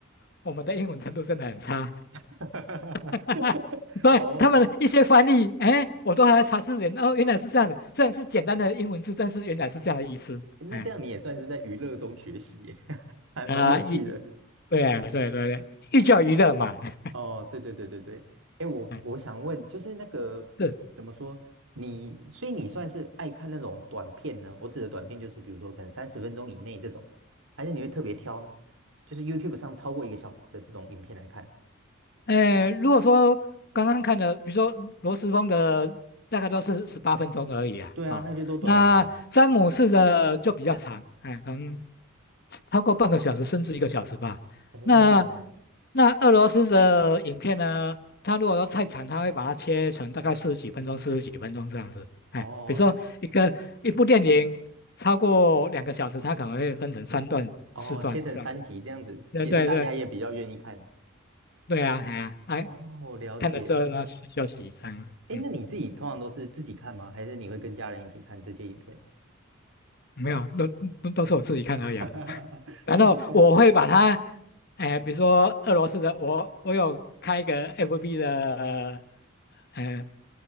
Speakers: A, on the left; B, on the right.
A: 我们的英文程度真的很差，
B: <laughs>
A: <laughs> 所以他们的一些翻译，
B: 哦，
A: 哎，我都还在查字典，哦，原来是这样子，虽然是简单的英文字，但是原来是这样的意思，
B: 那这样你也算是在娱乐中学习耶，
A: 哎，
B: <laughs> 还蛮有趣的。
A: 啊，一，对对对对，寓教于乐嘛，
B: 哎，
A: <laughs>
B: 哦，对对对对对，哎，我我想问，
A: 哎，
B: 就是那个怎么说，
A: 是。
B: 你所以你算是爱看那种短片呢？我指的短片就是比如说可能三十分钟以内这种，还是你会特别挑，就是 YouTube 上超过一个小时的这种影片来看？
A: 哎，如果说刚刚看的，比如说罗斯峰的大概都是十八分钟而已啊，
B: 对啊，
A: 啊、
B: 那就都短短的啊
A: 那詹姆士的就比较长，哎，可能超过半个小时甚至一个小时吧。
B: 哦
A: 那那俄罗斯的影片呢，它如果说太长，它会把它切成大概四十几分钟、四十几分钟这样子。哎，
B: 哦
A: 比如说一个一部电影超过两个小时，它可能会分成三段、
B: 哦，
A: 四段这样子。
B: 切成三集这样子，
A: 对对对
B: 其实大家也比较愿意看。
A: 对啊，哎呀，哎
B: 哦，了解。
A: 看了之后呢去休息这样子，
B: 哎，
A: 嗯，
B: 那你自己通常都是自己看吗？还是你会跟家人一起看这些影片？
A: 没有，都都都是我自己看而已啊。
B: <laughs>
A: 然后我会把它，
B: 自己看，
A: 哎、比如说俄罗斯的，我我有开一个 FB 的，呃